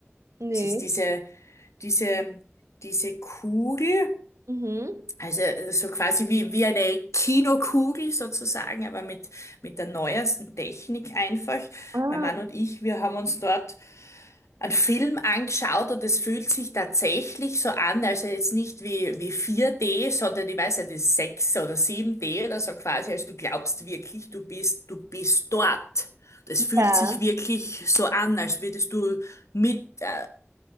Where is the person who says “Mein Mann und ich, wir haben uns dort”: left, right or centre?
Left